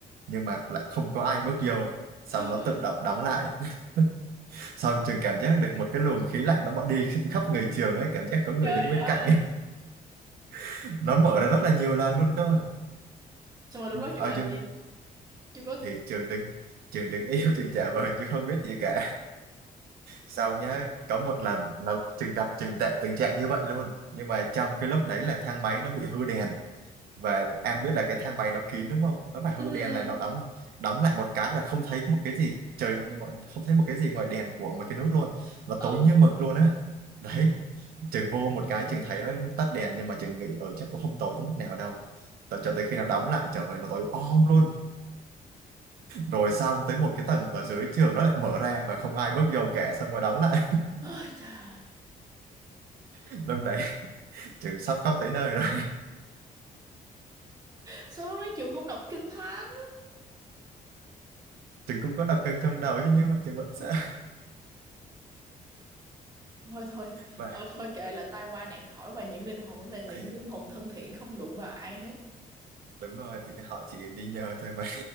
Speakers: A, on the right; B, on the right.
A: nhưng mà lại không có ai bước vô xong
B: <gasps>
A: nó tự động đóng lại <laughs> Xong trường cảm giác được một cái luồng khí lạnh nó bọn đi <laughs> khắp người trường ấy, cảm giác có người
B: trời
A: đứng
B: ơi
A: bên cạnh ấy. <laughs> Nó mở ra rất là nhiều lần luôn cơ.
B: xong rồi lúc đó trường
A: Ở
B: làm
A: trường
B: gì trường có
A: thì trường đứng trường đứng im <laughs> trường trả vờ chứ không biết gì cả. Xong nhá, có một lần nó trường gặp trường tệ tình trạng như vậy luôn. Nhưng mà trong cái lúc đấy là thang máy nó bị hư đèn và em biết là cái thang máy nó kín đúng không nó mà
B: ừ.
A: hư đèn là nó đóng đóng lại một cái là không thấy một cái gì trời ngo- không thấy một cái gì ngoài đèn của một cái nút luôn nó
B: ừ
A: tối như mực luôn á đấy trường vô một cái trường thấy nó tắt đèn nhưng mà trường nghĩ ở chắc cũng không tối tới mức nào đâu Tại cho tới khi nào đóng lại trời ơi nó tối om luôn rồi sau tới một cái tầng ở dưới trường nó lại mở ra và không ai bước vô cả xong rồi đóng lại
B: ôi trời ơi
A: <laughs> lúc đấy trường sắp khóc tới nơi rồi
B: sao lúc đó trường không đọc kinh thánh
A: <laughs> trường cũng có đập chân trong đầu chứ nhưng mà trường vẫn sợ
B: thôi thôi
A: và
B: ờ thôi kệ là tai qua nạn khỏi và những linh hồn đó là những
A: ấy,
B: linh hồn thân thiện không đụng vào ai hết
A: đúng rồi thì họ chỉ đi nhờ thôi mà